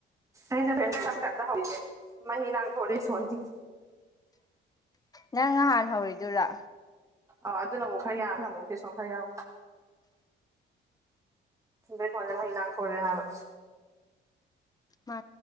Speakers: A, on the right; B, on the left.
A: ꯑꯩꯅ ꯄꯦꯟꯅ ꯆꯥꯛꯀꯤ ꯇꯥꯏꯞꯇꯥ ꯅꯦ ꯃꯍꯤ ꯂꯥꯡꯊꯣꯛꯔꯦ ꯁꯣꯁ
B: ꯅꯪ ꯉꯍꯥꯟ ꯍꯧꯔꯤꯗꯨꯔꯥ
A: ꯑꯧ ꯑꯗꯨ ꯅ ꯑꯃꯨꯛ ꯈꯔ ꯌꯥꯎ ꯁꯤꯅꯃꯨꯛ ꯕꯦꯁꯣꯟ ꯈꯔ ꯌꯥꯎꯗꯦ ꯕꯦꯁꯣꯟꯁꯦ ꯃꯍꯤ ꯂꯥꯡꯊꯣꯔꯛꯑꯦ ꯍꯥꯏꯕ
B: ꯃꯥ